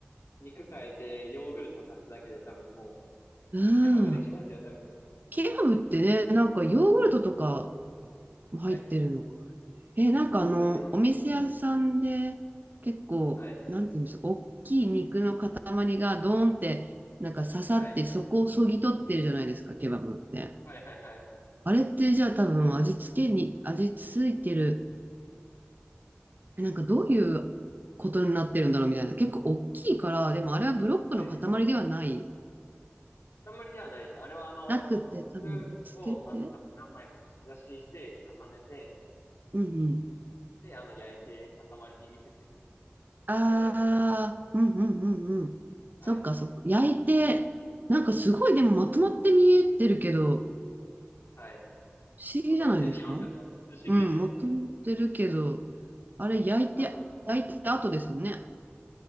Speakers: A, on the left; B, on the right.
A: 肉変えて、ヨーグルト足すだけで、多分、も
B: うん。
A: う、ケバブできますよ、多分。
B: ケバブってね、なんかヨーグルトとかも入ってるの
A: はい。
B: え、なんかあの、
A: あ、そうです。ヨーグルト使います。
B: お店屋さんで結構、
A: はい。
B: なんていうんですか、大きい肉の塊がドーンって、なんか刺さって、
A: はい。
B: そこをそぎ取ってるじゃないですか、ケバブって。
A: はい、はい、はい。
B: あれってじゃあ多分味付けに、味付いてる、なんかどういうことになってるんだろうみたいな。結構大きいから、でもあれはブロックの塊ではない、
A: はい。あんまりではないです。あれは、あの、
B: なくて、多分、
A: 服を、
B: つけて、
A: あの、多分何枚も串刺しにして、重ねて、
B: うん
A: で、あの、焼いて塊に見せてる
B: ああ、
A: ので、
B: うんうんうんうん。
A: はい。
B: そっかそっか。焼いて、なんかすごいでもまとまって見えてるけど、
A: はい。
B: 不思議じゃないですか
A: まとまって見えますよね、あれ。不思議ですよね、
B: うん、まとまってるけど、
A: あれ。
B: あれ焼いて、
A: 多分、
B: 焼いた後ですもんね。